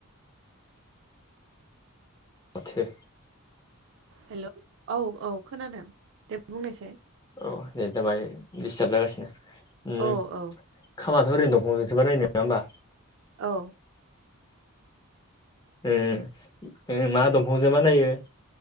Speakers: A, on the left; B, on the right.
A: माथो
B: हेलौ औ औ खोनादों दे बुंनोसै
A: औ नेटा बाय दिडिस्टार्ब जागासिनो उम
B: औ औ
A: खामाथ' ओरैनो दंफां जों बानायो नङा होनबा।
B: औ।
A: उम ओ मा दंफां दंफंजो बानायो